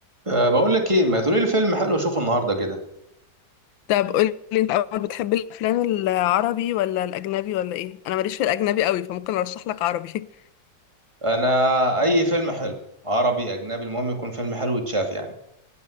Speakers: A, on the right; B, on the left.
A: أه بقول لك ايه ما تقولي لي فيلم حلو اشوفه النهارده كده
B: طب قولي انت اول بتحب الافلام العربي ولا الاجنبي ولا ايه انا ماليش في الاجنبي قوي فممكن ارشح لك عربي
A: انا اي فيلم حلو عربي اجنبي المهم يكون فيلم حلو يتشاف يعني